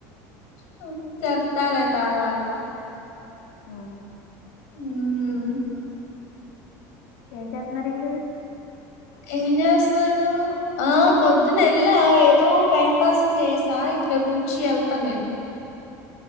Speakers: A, on the left (about 85°); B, on the left (about 60°).
A: హు చెప్తాలే తర్వాత.
B: హ
A: ఉఊ
B: ఏంచేస్తున్నారు ఇళ్ళు
A: ఏంచేస్తున్నారు ఆ పొద్దున ఎలా తో టైం పాస్కు చేసా ఇక రేపనుంచి ఎల్త నేను